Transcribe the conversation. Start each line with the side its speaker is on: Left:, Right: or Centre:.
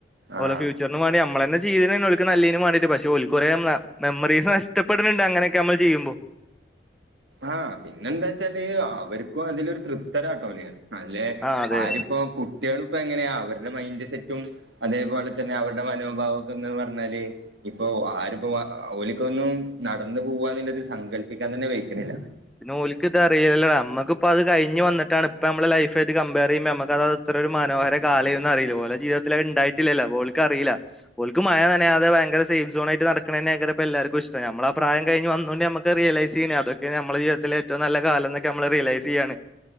Right: ആഹ്
Centre: ഓലെ ഫ്യൂച്ചറിന് വാണിനമ്മളെന്നെ ചെയ്യണെ ഓൽക്ക്നല്ലീനുമാണ്ടിട്ട് പക്ഷെ കൊറേ മെമ്മറീസ് നഷ്ടപ്പെടുന്നുണ്ട് അങ്ങനൊക്കെ നമ്മള് ചെയ്യുമ്പോ
Right: ആഹ് പിന്നെന്താ വച്ചാല് അവർക്കും അതിലൊരു തൃപ്തരാട്ടോല് അല്ലെ
Centre: ആ അതെ
Right: ആരിപ്പോ കുട്ടികള് ഇപ്പോ എങ്ങനെയാ അവരുടെ മൈൻഡ് സെറ്റും അതേപോലെ തന്നെ അവരുടെ മനോഭാവംക്കെന്ന് പറഞ്ഞാല് ഇപ്പൊ ആരിപ്പോ ഓലിക്ക ഒന്നും നടന്നു പോവാന്നില്ലത് സങ്കല്പിക്കാൻ തന്നെ വെയ്ക്കിണില്ല
Centre: പിന്നെ ഓല്ക്ക് ഇതഅറീലല്ലൊ നമ്മക്ക് അപ്പോ അത് കഴിഞ്ഞ് വന്നിട്ടാണ് ഇപ്പോ നമ്മളെ ലൈഫായിട്ട് കമ്പയർ ചെയ്യുമ്പോ നമുക്ക് അത്ര ഒരു മനോഹര കാലെയ്ന്നറിയില്ല ഓലെ ജീവിത ത്തിലണ്ടായിട്ടില്ലല്ലോ അപ്പൊഓൽക്ക് അറീല ഒല്ക്ക് മയ നനയാതെ ഭയങ്ക സേഫ് സോണായിട്ട് നടക്കണെന്നെയിരുക്കും എല്ലാർക്കും ഇഷ്ടം നമ്മളാ ആ പ്രായം കഴഞ്ഞ് വന്നോണ്ട് നമക്ക് ക്കെ റിയലൈസ് ചെയ്യണെ അതൊക്കെ നമ്മളെ ജീവിതത്തിലെ ഏറ്റവും നല്ല കാലം എന്നൊക്കെ നമ്മള് റിയലൈസ് ചെയ്യാണ്